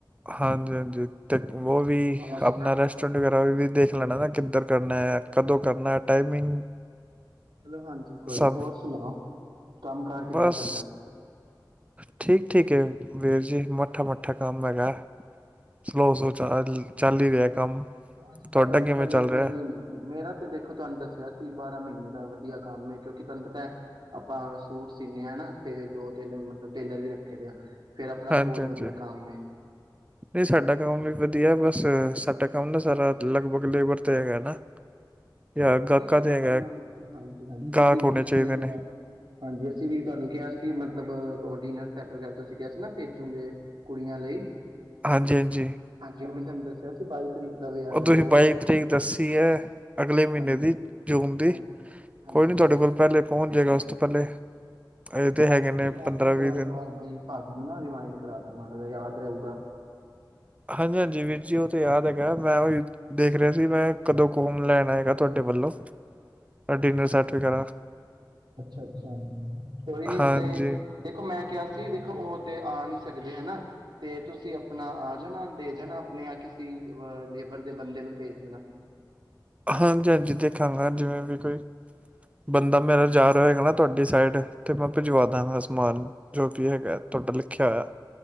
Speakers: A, on the right; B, on the right.
A: ਹਾਂਜੀ, ਹਾਂਜੀ। ਤੇ ਉਹ ਵੀ
B: ਹੋਰ ਸੁਣਾ।
A: ਆਪਨਾ ਰੈਸਟੋਰੈਂਟ ਵਗੈਰਾ ਵੀ ਦੇਖ ਲੈਨਾ ਨਾ ਕਿੱਧਰ ਕਰਨਾ ਏ ਕਦੋਂ ਕਰਨਾ ਏ ਟਾਈਮਿੰਗ
B: ਚਲੋ ਹਾਂਜੀ ਕੋਈ
A: ਸਭ
B: ਨ ਹੋਰ ਸੁਨਾਓ ਕੰਮ ਕਾਰ ਕਿੱਦਾਂ
A: ਬਸ
B: ਚੱਲਦਾ ਪਿਆ
A: ਠੀਕ, ਠੀਕ ਏ ਵੀਰ ਜੀ ਮੱਠਾ, ਮੱਠਾ ਕੰਮ ਹੈਗਾ। ਸਲੋ ਸਲੋ ਚ ਚੱਲ ਹੀ ਰਿਹਾ ਕੰਮ
B: ਅੱਜ
A: ਤੁਹਾਡਾ
B: ਕੱਲ ਤੁਹਾਨੂੰ
A: ਕਿਵੇਂ
B: ਪਤਾ ਲੇਬਰ
A: ਚੱਲ ਰਿਹਾ
B: ਨੀ ਮਿਲਦੀ। ਮੇਰਾ ਤੇ ਦੇਖੋ ਤੁਹਾਨੂੰ ਦੱਸਿਆ ਸੀ ਬਸ ਮਹੀਨੇ ਦਾ ਵਧੀਆ ਕੰਮ ਏ ਕਿਉਂਕਿ ਤੁਹਾਨੂੰ ਪਤੈ ਆਪਾਂ ਸੂਟ ਸੀਨੇ ਆਂ ਨਾ ਤੇ ਦੋ ਤਿੰਨ ਮਤਲਬ ਟੇਲਰ ਵੀ ਰੱਖੇ ਦੇ ਆ ਫੇਰ ਆਪਣਾ
A: ਹਾਂਜੀ,
B: ਤੇ ਬਹੁਤ
A: ਹਾਂਜੀ।
B: ਵਧੀਆ ਕੰਮ ਹੈ
A: ਨਹੀਂ ਸਾਡਾ ਕੰਮ ਵੀ ਵਧੀਆ ਬਸ ਸਾਡਾ ਕੰਮ ਨਾ ਸਾਰਾ ਲਗਭਗ ਲੇਬਰ ਤੇ ਹੈਗਾ ਨਾ ਜਾਂ ਗਾਹਕਾਂ
B: ਨਹੀਂ ਆਪਾਂ
A: ਤੇ ਹੈਗਾ
B: ਹਾਂਜੀ ਹਾਂਜੀ ਤੁਸੀਂ
A: ਗਾਹਕ ਹੋਣੇ
B: ਪਿਛਲੀ
A: ਚਾਹੀਦੇ
B: ਵਾਰ
A: ਨੇ
B: ਹਾਂਜੀ ਅਸੀਂ ਵੀ ਤੁਹਾਨੂੰ ਕਿਹਾ ਸੀ ਮਤਲਬ ਓਡੀਨੈਂਸ ਸੈਟ ਵਗੈਰਾ ਤੁਸੀਂ ਕਿਹਾ ਸੀ ਨਾ ਭੇਜੋਗੇ ਕੁੜੀਆਂ ਲਈ
A: ਹਾਂਜੀ, ਹਾਂਜੀ।
B: ਹਾਂਜੀ ਉਹ ਮੈਂ ਦੱਸਿਆ ਸੀ ਬਾਈ ਤਰੀਕ ਦਾ ਵਿਆਹ
A: ਉਹ
B: ਹੈ
A: ਤੁਸੀਂ ਬਾਈ
B: ਫਿਰ
A: ਤਰੀਕ ਦੱਸੀ ਹੈ। ਅਗਲੇ ਮਹੀਨੇ
B: ਹਾਂਜੀ
A: ਦੀ ਜੂਨ ਦੀ,
B: ਹਾਂਜੀ ਹਾਂਜੀ
A: ਕੋਈ ਨੀ ਤੁਹਾਡੇ
B: ਹਾਂਜੀ
A: ਕੋਲ ਪਹਿਲੇ ਪਹੁੰਚ ਜਾਏਗਾ ਉਸ ਤੋਂ ਪਹਿਲੇ ਅਜੇ
B: ਹਾਂ,
A: ਹੈਗੇ ਨੇ
B: ਤੇ ਮੈਂ
A: ਪੰਦਰਾਂ
B: ਕਿਹਾ- ਚਲੋ
A: ਵੀਹ ਦਿਨ
B: ਇੱਕ ਵਾਰ ਬਈ ਭਾਜੀ ਨੂੰ ਨਾ ਰਿੀਮਾਇੰਡ ਕਰਾ ਦ ਮਾੜਾ ਯਾਦ ਰਹੂਗਾ।
A: ਹਾਂਜੀ, ਹਾਂਜੀ ਵੀਰ ਜੀ ਉਹ ਤੇ ਯਾਦ ਹੈਗਾ ਮੈਂ ਉਹੀ ਦੇਖ ਰਿਹਾ ਸੀ। ਮੈਂ ਕਦੋਂ ਕੌਮ ਲੈਣ ਆਏਗਾ ਤੁਹਾਡੇ ਵੱਲੋਂ ਡਿਨਰ ਸੈੱਟ ਵਗੈਰਾ
B: ਅੱਛਾ, ਅੱਛਾ ਕੋਈ ਨੀ ਉਹ
A: ਹਾਂਜੀ
B: ਤੇ, ਦੇਖੋ, ਮੈਂ ਕਿਹਾ ਸੀ ਦੇਖੋ ਉਹ ਤੇ ਆ ਨੀ ਸਕਦੇ ਹਨਾ। ਤੇ ਤੁਸੀਂ ਆਪਣਾ ਆ ਜਾਣਾ ਦੇ ਜਾਣਾ ਆਪਣੇ ਜਾਂ ਕਿਸੇ ਅ ਲੇਬਰ ਦੇ ਬੰਦੇ ਨੂੰ ਭੇਜ ਦੇਣਾ
A: ਹਾਂਜੀ, ਹਾਂਜੀ ਦੇਖਾਂਗਾ ਜਿਵੇਂ ਵੀ ਕੋਈ ਬੰਦਾ ਮੇਰਾ
B: ਹਾਂਜੀ
A: ਜਾ ਰਿਹਾ ਹੋਗਾ ਨਾ ਤੁਹਾਡੀ ਸਾਈਡ ਤੇ ਮੈਂ ਭਿਜਵਾ ਦਾਂਗਾ ਸਮਾਨ, ਜੋ ਵੀ ਹੈਗਾ ਤੁਹਾਡਾ ਲਿਖਿਆ ਹੋਇਆ